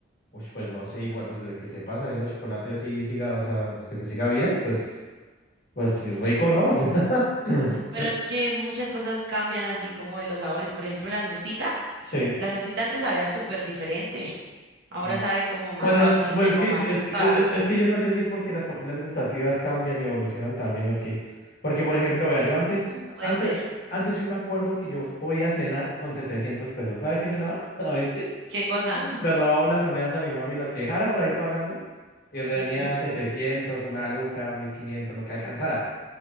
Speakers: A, on the left; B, on the right.
A: Uy, pues no sé, igual, pues desde que se pasa viendo chocolate así siga, o sea, de que siga bien, pues, pues sí, rico, ¿no? O sea, <laughs>
B: Pero es que muchas cosas cambian así como de los sabores. Por ejemplo, la nucita.
A: sí.
B: La nucita antes sabía súper diferente. Ahora
A: Mm.
B: sabe como más
A: Pues no,
B: a
A: no,
B: dulce,
A: pues es
B: como
A: que, es
B: a azúcar.
A: que, es, es- es que yo no sé si es porque las papilas gustativas cambian y evolucionan también o qué. Porque, por ejemplo, vea, yo antes,
B: Mm, Puede
A: antes,
B: ser.
A: antes yo me acuerdo que yo podía cenar con 700 pesos. ¿Sabe qué cenaba <laughs> a veces?
B: ¿Qué cosa?
A: Le robaba unas monedas a mi mami, las que dejara por ahí pagando, y reunía
B: Ujú.
A: setecientos una luca, mil quinientos lo que alcanzara.